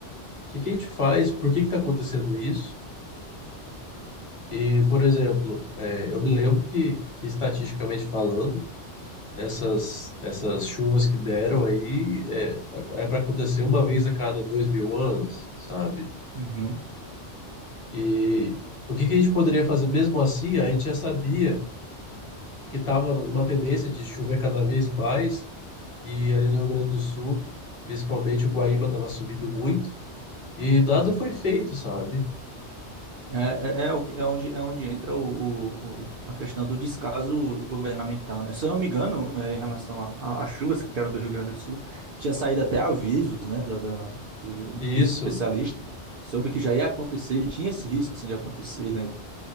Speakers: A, on the left; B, on the right.
A: que, que a gente faz, por que que está acontecendo isso? E, por exemplo, é, eu me lembro que, que estatisticamente falando, essas, essas chuvas que deram aí é, é para acontecer uma vez a cada dois mil anos, sabe?
B: Uhum.
A: E o que que a gente poderia fazer mesmo assim? A gente já sabia que estava uma tendência de chover cada vez mais, e ali no Rio Grande do Sul, principalmente o Guaíba estava subindo muito, e nada
B: Uhum.
A: foi feito, sabe?
B: É, é, é, o que- é onde, é onde entra o, o, o- a questão do descaso governamental, né? Se eu não me engano, é, em relação a- a- às chuvas que deram do Rio Grande do Sul, tinha saído até avisos, né, da, da- do-
A: E
B: dos
A: Isso.
B: especialistas sobre que já ia acontecer, e tinha esse risco assim, de acontecer, né,